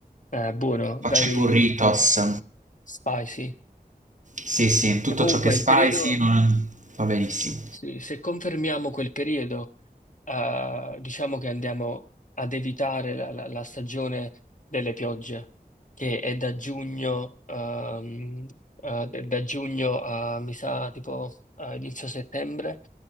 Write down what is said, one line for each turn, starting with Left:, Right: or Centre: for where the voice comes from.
Left: Eh, buono,
Right: Faccio
Left: very
Right: i burritos.
Left: spicy.
Right: Sì, sì, tutto
Left: E Comunque,
Right: ciò che è spicy
Left: il periodo,
Right: non... va benissimo.
Left: sì, se confermiamo quel periodo, eh, diciamo che andiamo ad evitare la, la- la stagione delle piogge, che è da giugno, ehm, eh, da giugno a, mi sa, tipo, a inizio settembre.